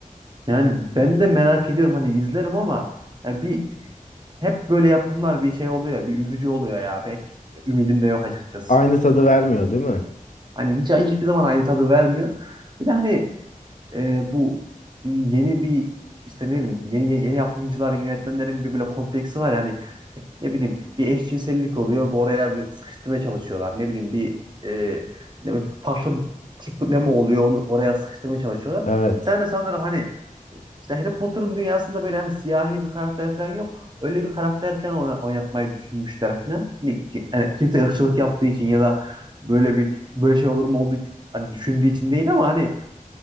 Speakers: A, on the right; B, on the left.
A: Yani ben de merak ediyorum hani izlerim ama ya bir Hep böyle yapımlar bir şey oluyor ya, bir üzücü oluyor ya. Pek ümidim de yok açıkçası.
B: Aynı tadı vermiyor değil mi?
A: Hani hiç hiçbir zaman aynı tadı vermiyor. Bir de hani e, bu yeni bir işte ne bileyim yeni, yeni, yeni yapımcıların yönetmenlerin bir böyle kompleksi var yani ne bileyim bir eşcinsellik oluyor bir oraya bir sıkıştırmaya çalışıyorlar ne bileyim bir e, ne bileyim, farklı bir tipleme oluyor onu oraya sıkıştırmaya çalışıyorlar
B: Evet.
A: bir tane de sanırım hani işte Harry Potter'ın dünyasında böyle hani siyahi bir karakter falan yok. Öyle bir karakter falan oy- oynatmayı düşünmüşler falan. Hani, ki- hani kimse ırkçılık yaptığı için ya da böyle bir böyle şey olur mu olduğu için hani düşündüğü için değil ama hani